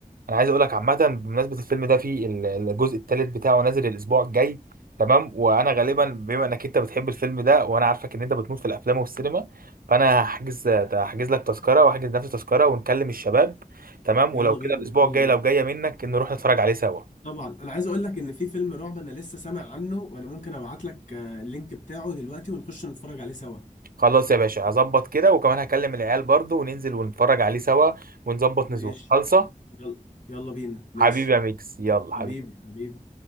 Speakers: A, on the right; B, on the left.
A: انا عايز اقول لك عامة بمناسبة الفيلم ده في ال- الجزء الثالث بتاعه نازل الاسبوع الجاي تمام وانا غالبا بما انك انت بتحب الفيلم ده وانا عارفك ان انت بتموت في الافلام والسينما فانا هحجز هحجز لك تذكرة واحجز نفسي تذكرة ونكلم الشباب تمام
B: يلا
A: ولو كده
B: بينا
A: الاسبوع
B: يلا
A: الجاي
B: بينا
A: لو جاية منك نروح نتفرج عليه سوا
B: طبعا انا عايز اقول لك ان في فيلم رعب انا لسه سامع عنه وانا ممكن ابعت لك آه، اللينك بتاعه دلوقتي ونخش نتفرج عليه سوا
A: خلاص يا باشا هظبط كده وكمان هكلم العيال برضه وننزل ونتفرج عليه سوا ونظبط
B: ماشي
A: نزول خالصة
B: يلا يلا بينا ماشي
A: حبيبي يا ميكس يلا
B: حبيبي
A: حبيبي
B: حبيبي